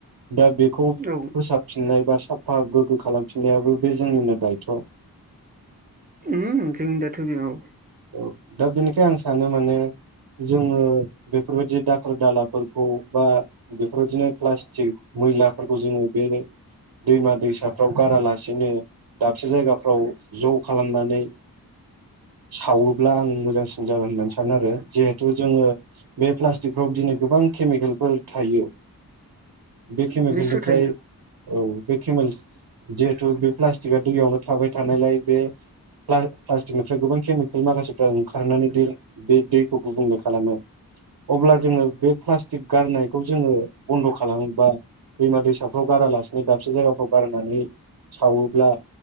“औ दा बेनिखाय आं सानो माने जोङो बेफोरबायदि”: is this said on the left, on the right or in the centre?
Right